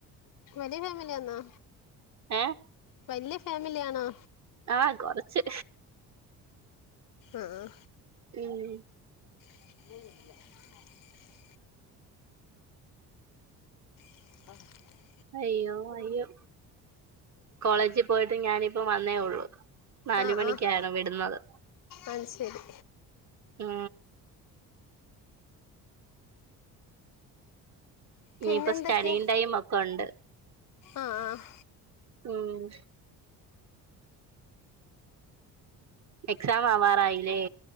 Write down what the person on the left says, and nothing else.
വലിയ ഫാമിലിയന്നാ
വലിയ ഫാമിലി ആണോ
ആഹ് ആ
<unintelligible> <unintelligible>
ആഹ്
ആഹ്
അത് ശരി
പിന്നെന്തൊക്കെയാ
ആഹ് ആഹ്